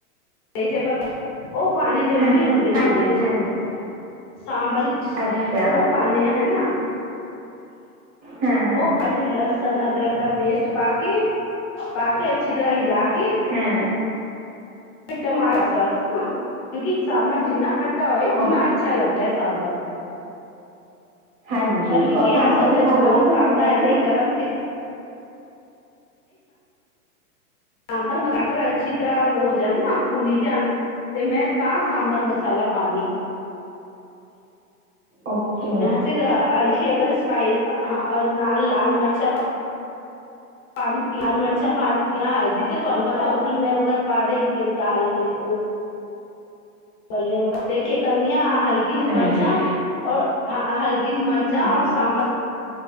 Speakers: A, on the left; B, on the right.
A: ਜੇ ਪੱਤੇ ਉਹ ਪਾਨੇ ਜ਼ਰੂਰੀ
B: ਹਾਂ,
A: ਹੁੰਦੇ ਨੇ
B: ਹਾਂਜੀ
A: ਉਹਦੇ ਚ।
B: ਹਾਂਜੀ
A: ਸਾਂਬਲ ਚ
B: ਅੱਛਾ
A: ਉਹ ਪਾਣੇ ਆ ਹਨਾ।
B: ਹਾਂ ਹਾਂ
A: ਉਹ ਬਸ ਲਸਣ-ਅਦਰਕ ਦਾ ਪੇਸਟ ਪਾਕੇ, ਪਾਕੇ ਅੱਛੀ ਤਰ੍ਹਾਂ ਹਿਲਾ ਕੇ,
B: ਹਾਂ
A: ਟਮਾਟਰ ਨਾ, ਕਿਉਂਕਿ ਸਾਂਬਰ ਜਿੰਨਾ ਖੱ- ਟਾ ਹੋਵੇ, ਓਨਾ
B: ਓ-
A: ਅੱਛਾ ਲੱਗਦਾ ਹੈ ਸਾਂਬਰ।
B: ਹਾਂਜੀ
A: ਬਸ ਕਿਉਂਕਿ
B: ਔਰ ਸਾਂਬਰ
A: ਅੱਜ -ਕੱਲ
B: ਮਸਾਲਾ
A: ਜਦ ਲੋਕ
B: ਵੀ ਤਾਂ
A: ਸਾਦਾ
B: ਹੁੰਦਾ
A: ਹੈ,
B: ਇੱਕ
A: ਐਵੇਂਈ
B: ਨਾ
A: ਗਰਮ ਪੀ ਪਰ ਟਮਾਟਰ ਅੱਛੀ ਤਰ੍ਹਾਂ ਹੋ ਜਾਣ ਨਾ ਭੁੰਨੀ ਜਾਣ, ਤੇ ਮੈਂ ਤਾਂ ਸਾਂਬਰ ਮਸਾਲਾ ਪਾਣੀ,
B: ਓਕੇ
A: ਜਾਂ ਫਿਰ ਹਲਕੀ ਅਗਰ ਸਪਾਈ, ਨਾਲ ਲਾਲ ਮਿਰਚਾਂ ਪਾ ਦਿੱਤੀ ਲਾਲ ਮਿਰਚਾਂ ਪਾ ਦਿੱਤੀਆਂ, ਹਲਦੀ ਤੇ ਤੁਹਾਨੂੰ ਪਤਾ ਉਬਲਣੇ ਵਕਤ ਪਾ ਦਹੀਦੀ ਦਾਲ ਵਿੱਚ ਤਲਨੇ ਵਖਤ ਤੇ ਕੀ ਕਰਨੀ ਆ, ਹਲਕੀ ਜੀ
B: ਹਾਂਜੀ
A: ਮਿਰਚਾਂ, ਰ ਹਲਕੀ ਜੀ ਮਿਰਚਾਂ,
B: ਹਾਂ
A: ਹੋਰ ਸਾਂਬਰ-